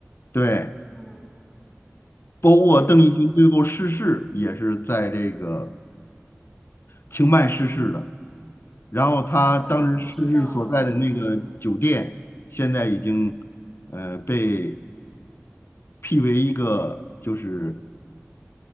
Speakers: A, on the left; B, in the centre.
A: 对，
B: 嗯，
A: 包括邓丽君最后逝世也是在这个
B: 我还不知，
A: 清迈逝世的。然后他当时逝世所在的那个酒店，
B: 哦，好像知道。嗯
A: 现在已经呃被辟为一个就是